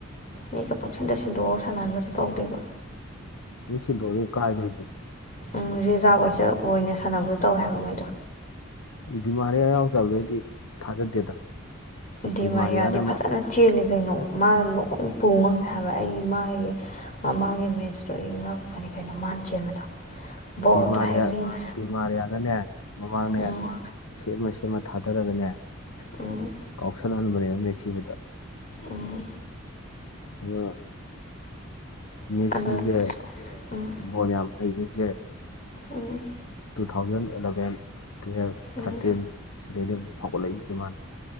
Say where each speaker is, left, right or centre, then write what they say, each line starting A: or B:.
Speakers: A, on the left; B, on the left.
A: ꯃꯒ ꯄꯛꯁꯤꯟꯗ ꯁꯤꯟꯗꯣꯛꯑꯣ ꯁꯥꯟꯅꯥꯟꯕꯗꯨꯣ ꯇꯧꯗꯦꯕ
B: ꯃꯤ ꯁꯤꯗꯣ ꯑꯗꯨ ꯀꯥꯏꯗꯅꯦ
A: ꯎꯝ ꯔꯤꯖꯥꯕ ꯑꯣꯏꯅ ꯁꯥꯟꯅꯕꯗꯣ ꯇꯧꯋꯦ ꯍꯥꯏꯕ ꯃꯣꯏꯗꯣ
B: ꯗꯤꯃꯥꯟ ꯍꯩ ꯑ ꯌꯥꯎꯗꯕꯗꯩꯗꯤ ꯊꯥꯖꯗꯦꯗ
A: ꯗꯤꯃꯔ
B: ꯗꯤꯃꯥꯔꯤꯌꯥꯅ
A: ꯌꯥ ꯐꯇꯥ ꯅ ꯆꯤ ꯀꯩꯅꯣ ꯃꯥꯅ ꯂꯣꯏ ꯄꯨ ꯉꯝꯃꯦ ꯍꯥꯏꯕ ꯑꯩ ꯃꯥꯒꯤ ꯃꯃꯥꯡꯒꯤ ꯃꯦꯁꯇꯣ ꯑꯩ ꯉꯛꯄꯅꯦ ꯀ ꯀꯩꯅꯣ ꯃꯥꯅ ꯆꯦꯟꯕꯗꯣ ꯕꯣꯜꯗꯣ
B: ꯗꯤꯃꯥꯔꯤꯌꯥ
A: ꯍꯦꯛ ꯃꯤꯅ
B: ꯗꯤꯃꯥꯔꯤꯌꯥꯅꯅꯦ ꯃꯃꯥꯡꯅꯦ
A: ꯎꯝ
B: ꯁꯦꯝꯃ ꯁꯦꯝꯃ ꯊꯥꯗꯔꯒꯅꯦ
A: ꯎꯝ
B: ꯀꯥꯎꯁꯜꯍꯟꯕꯅꯦꯕ ꯃꯦ ꯁꯤꯕꯗ
A: ꯑꯣ
B: ꯑ ꯃꯤꯁꯤꯖꯦ
A: ꯑꯗꯨ ꯎꯝ
B: ꯅꯤꯌꯥꯝꯝ ꯍꯩꯒꯖꯦ
A: ꯎꯝ
B: two thousand eleven twelve
A: um
B: thirteen ꯁꯤꯗꯩꯗꯤ ꯑꯃꯨꯛ ꯐꯥꯎꯒꯠꯂꯛꯏꯁꯤ ꯃꯥꯅ